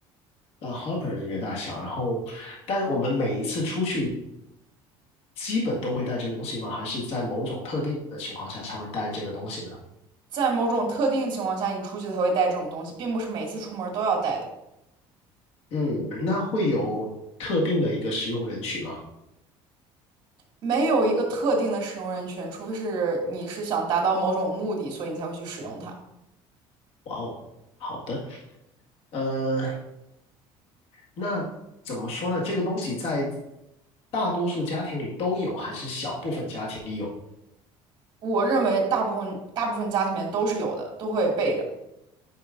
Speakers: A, on the left; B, on the right.
A: 啊，hopper 的一个大小。然后，但我们每一次出去基本都会带这个东西吗？还是在某种特定的情况下才会带这个东西呢？
B: 在某种特定情况下，你出去才会带这种东西，并不是每次出门都要带的。
A: 嗯，那会有特定的一个使用人群吗？
B: 没有一个特定的使用人群，除非是你是想达到某种目的，所以你才会去使用它。
A: 哇哦，好的。呃。那怎么说呢？这个东西在大多数家庭里都有，还是小部分家庭里有，
B: 我认为大部分大部分家庭里面都是有的，都会备着。